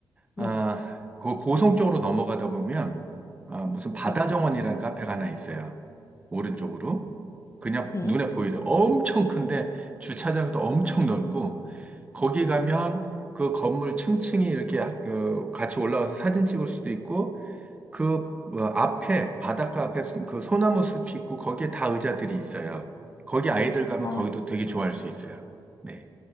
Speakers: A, on the left; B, on the right.
A: 네,
B: 아, 그 고성 쪽으로 넘어가다 보면, 아, 무슨 바다정원이라는
A: 네,
B: 카페가 하나 있어요. 오른쪽으로. 그냥
A: 네.
B: 눈에 보이죠. 엄청 큰데, 주차장도 엄청 넓고, 거기 가면 그 건물 층층이 이렇게 하- 어, 같이 올라와서 사진 찍을 수도 있고, 그 뭐, 앞에, 바닷가 앞에 수- 그 소나무 숲이 있고, 거기에 다 의자들이 있어요. 거기 아이들 가면
A: 아,
B: 거기도 되게 좋아할 수 있어요. 네.